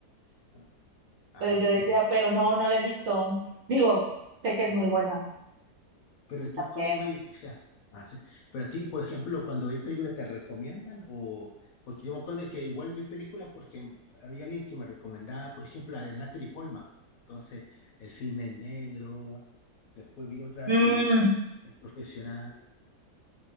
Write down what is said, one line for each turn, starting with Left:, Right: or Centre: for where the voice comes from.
Left: Ah, ah,
Right: Entonces yo
Left: sí,
Right: decía,
Left: bueno.
Right: pero no, no la he visto. Digo, sé que es
Left: sí.
Right: muy buena.
Left: pero tú
Right: también.
Left: cómo ves, o sea, ah, sí. pero a ti, por ejemplo, cuando ves películas, ¿te recomiendan? O, porque yo me acuerdo que igual vi películas porque había alguien que me recomendaba, por ejemplo, la de Natalie Polman. Entonces, El Cisne Negro, después vi otra,
Right: Mm.
Left: eh, El Profesional,